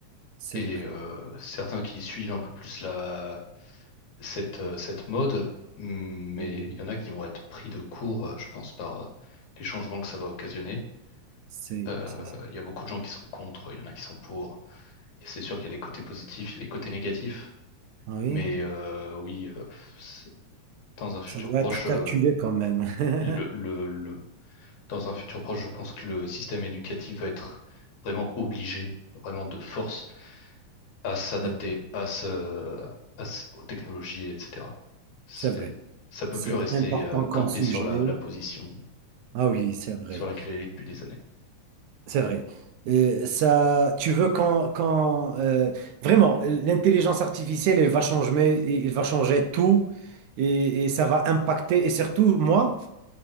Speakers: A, on the right; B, on the left.
A: c'est
B: Et
A: vrai.
B: euh, certains qui suivent un peu plus la, cette, euh, cette mode, mm, mais
A: Mm.
B: il y en a qui vont être pris de court, euh, je pense, par euh, les changements que ça va occasionner.
A: C'est,
B: Euh,
A: c'est- c'est-
B: Il y a beaucoup de gens qui sont contre, il y en a qui sont pour. Et c'est sûr qu'il y a des côtés positifs, il y a des côtés négatifs.
A: Ah Oui.
B: Mais euh, oui, euh, c'est- dans un futur
A: Ça doit
B: proche,
A: être calculé
B: euh,
A: quand même. <laughs>
B: le, le, le- dans un futur proche, je pense que le système éducatif va être vraiment obligé, vraiment de force à s'adapter
A: C'est vrai.
B: à ce, à ce- aux technologies, etc. C'est,
A: C'est vrai.
B: ça peut
A: C'est
B: plus rester
A: important
B: euh,
A: comme
B: campé
A: sujet.
B: sur la, la position
A: Ah oui, c'est vrai.
B: sur laquelle elle est depuis des années.
A: C'est vrai. Euh, ça, tu veux quand, quand euh, vraiment, l'intelligence artificielle, elle va changer, elle va changer tout et, et ça va impacter. Et surtout, moi,